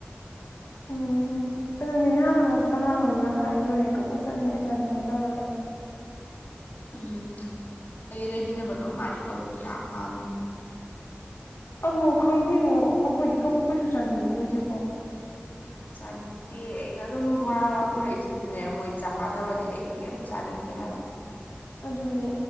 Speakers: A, on the left; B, on the left.
A: ꯎꯝ ꯑꯗꯨꯅꯦ ꯅꯍꯥꯟ ꯑꯃꯨꯛꯁꯨ ꯀꯅꯥꯅꯣꯅ ꯍꯥꯏꯈꯤꯕꯅꯦ ꯀꯕꯣꯛ ꯆꯥꯅꯤꯡꯉꯦ ꯆꯥꯅꯤꯡꯉꯦ ꯇꯧꯔꯒ
B: ꯎꯝ ꯑꯩꯒ ꯂꯩꯃꯤꯟꯅꯕꯗꯣ ꯃꯥꯗꯤ ꯀꯕꯣꯛꯇꯣ ꯌꯥꯝ ꯄꯥꯝꯃꯦ
A: ꯑꯗ ꯈꯪꯗꯦꯉꯣ ꯑꯩꯈꯣꯏꯗꯤ ꯀꯕꯣꯛ ꯀꯩꯁꯨ ꯆꯥꯅꯤꯡꯕ ꯑꯣꯏꯗꯦꯀꯣ
B: ꯆꯥꯅꯤꯡ ꯗꯤ ꯑꯩꯅ ꯑꯗꯨꯝ ꯕꯣꯔꯥꯒ ꯄꯨꯔꯛꯏꯁꯤꯁꯨꯅꯦ ꯃꯣꯏ ꯆꯥꯅꯕꯅꯦ ꯑꯩꯗꯤ ꯀꯩꯝ ꯆꯥꯅꯤꯡꯗꯦ ꯍꯥꯏꯕ
A: ꯑꯗꯨꯅꯦ